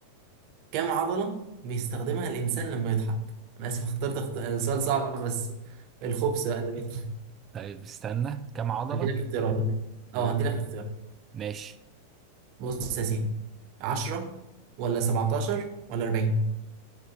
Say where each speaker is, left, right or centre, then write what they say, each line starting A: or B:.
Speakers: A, on the right (about 45°); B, on the right (about 25°).
A: كام عضلة بيستخدمها الإنسان لما يضحك؟ أنا آسف اخترت اخت... سؤال صعب بس الخبز بقى اللي بيحصل.
B: طيب استنى كم عضلة
A: هديلك اختيارات أه
B: آه،
A: هديلك اختيارات
B: ماشي
A: بص يا سيدي 10 ولا 17 ولا 40